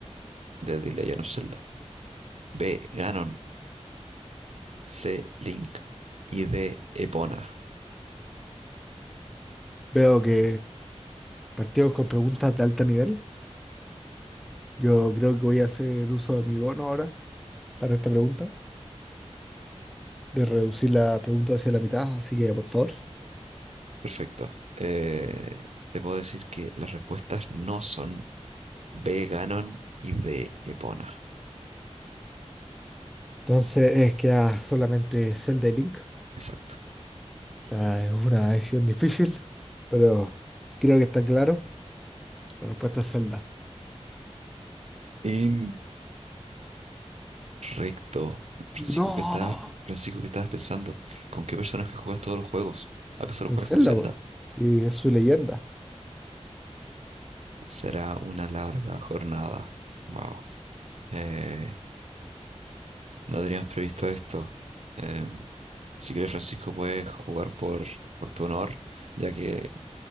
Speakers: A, on the right; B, in the centre.
A: de The Legend of Zelda. B. Ganon. C. Link. Y D. Epona.
B: Veo que partimos con preguntas de alto nivel. Yo creo que voy a hacer uso de mi bono ahora para esta pregunta. de reducir la pregunta hacia la mitad, así que por favor.
A: Perfecto. Eh, te puedo decir que las respuestas no son B. Ganon y D. Epona.
B: Entonces es queda solamente Zelda y Link. O
A: Exacto.
B: sea, es una decisión difícil, pero creo que está claro. La respuesta es Zelda.
A: Incorrecto. Recto. Francisco,
B: ¡No!
A: ¿qué estabas, Francisco, ¿qué estabas pensando? ¿Con qué personaje juegas todos los juegos? ¿Acaso lo
B: En
A: juegas
B: Zelda,
A: con Zelda?
B: po. Sí, es su leyenda.
A: Será una larga jornada. Wow. Eh, no teníamos previsto esto. Em, si quieres, Francisco, puedes jugar por, por tu honor, ya que